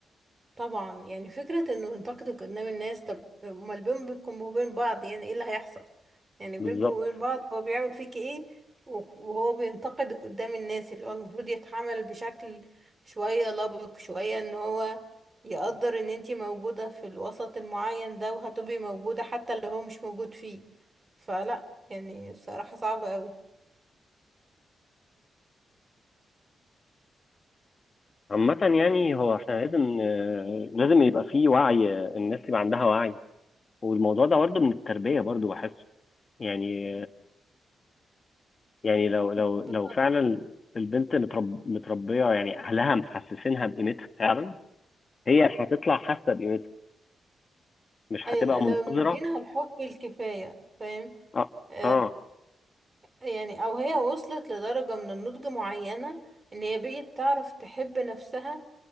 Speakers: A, on the right; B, on the left.
A: طبعا يعني فكرة انه ينتقدك قدام الناس طب امال بينكم وبين بعض يعني ايه اللي هيحصل يعني بينكم
B: بالظبط
A: وبين بعض هو بيعمل فيكي ايه وهو بينتقدك قدام الناس اللي هو المفروض يتعامل بشكل شوية لبق شوية ان هو يقدر ان انتي موجودة في الوسط المعين ده وهتبقي موجودة حتى لو هو مش موجود فيه فلا يعني الصراحة صعبة قوي
B: عامة يعني هو احنا لازم ن- لازم يبقى فيه وعي الناس يبقى عندها وعي والموضوع ده برضه من التربية برضه بحس يعني يعني لو لو
A: بالظبط
B: لو فعلا البنت مترب متربية يعني أهلها محسسينها بقيمتها فعلا هي هتطلع حاسة بقيمتها مش هتبقى
A: أي- لا- لو
B: منتظرة
A: مدينا الحب الكفاية فاهم
B: اه
A: آه،
B: اه
A: يعني او هي وصلت لدرجة من النضج معينة ان هي بقيت تعرف تحب نفسها